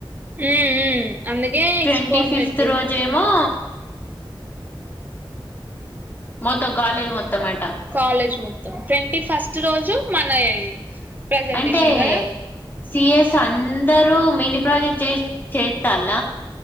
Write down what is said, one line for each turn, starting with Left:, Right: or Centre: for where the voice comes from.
Right: మ్మ్ అందుకే
Left: ట్వంటీ
Right: ఎక్స్పో అని
Left: ఫిఫ్త్
Right: పెట్టింది
Left: రోజేమో మొత్తం కాలేజీ మొత్తం అట
Right: కాలేజ్ మొత్తం ట్వంటీ ఫస్ట్ రోజు మన ప్రజెంటేషన్
Left: అంటే
Right: కదా
Left: సిఎస్ అందరూ మినీ ప్రాజెక్ట్ చే చేస్తాల